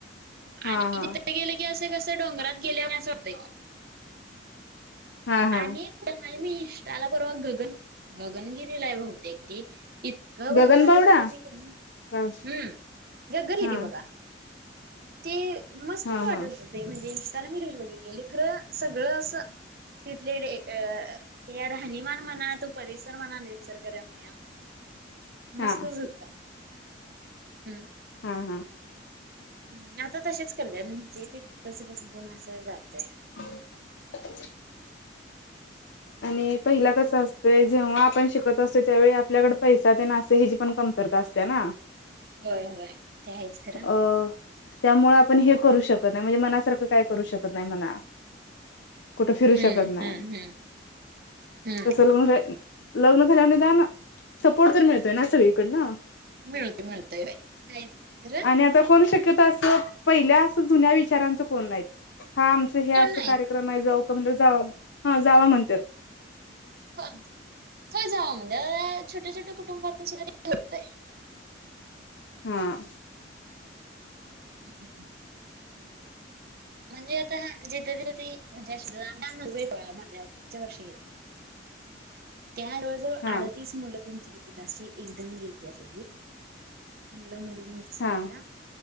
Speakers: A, on the left (about 70°); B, on the right (about 50°).
A: हा
B: आणि
A: हा
B: तिथे गेले की असं कसं डोंगरात गेलोय ना असं वाटतय.
A: हा हा.
B: आणि हाय मी इष्टाला परवा गगन गगनगिरीला आहे बहुतेक ते. इतकं
A: गगनबावडा
B: भारी वाटत होत होती क नी.
A: हा
B: हम्म जग गलरी
A: हा
B: बघा. ते मस्तंच
A: हा हा
B: वाटत होते म्हणजे, इंस्टाला मी रील बघितलेली खरं सगळं असं. तिथले डे अ.. ते राहणीमान म्हणा, तो परिसर म्हना निसर्गरम्य.
A: हा
B: मस्तंच होत. हम...
A: हा हा.
B: हम्. आता तसेच करले नाही, जे ते तस बस गुणा असं जातंय.
A: <inaudible> आणि पहिला कसं असतोय जेव्हा आपण शिकत असतो त्यावेळी आपल्याकड पैसा तेन असं हेची, पण कमतरता असते ना.
B: होय होय. ते आहेच खरं.
A: अ त्यामुळें आपण
B: हम्म
A: हे करू शकत नाही म्हणजे मनासारखं काय करू शकत नाही म्हणा. कुठे फिरू
B: हम्म
A: शकत नाही,
B: हम्म हम्म
A: तस <unintelligible> लग्न खऱ्याने जानं सपोर्ट तर मिळतोय ना सगळीकडना.
B: मिळतो मिळतय व्हय. <unintelligible>
A: नी आता कोण शक्यता असं पहिल्या असं जुन्या विचारांचं कोण नाहीत. हा आमचं हे
B: कोण
A: अस
B: नाहीत
A: कार्यक्रम आहे, जाऊ का म्हणल जा ह जावा म्हणतात.
B: ह थोय जाव म्हणजे, छोट्या छोट्या कुटुंबातून सुद्धा होतंय.
A: हा..
B: <unintelligible> म्हणजे आता हा जिथं तिथं ती म्हणजे <unintelligible> च्या वर्षील. त्या जवळ-जवळ
A: हा
B: अडतीस मुलं त्यांची होती ताशी एकदम गेलत्या सगळी मुलं मुलीं साशा
A: हा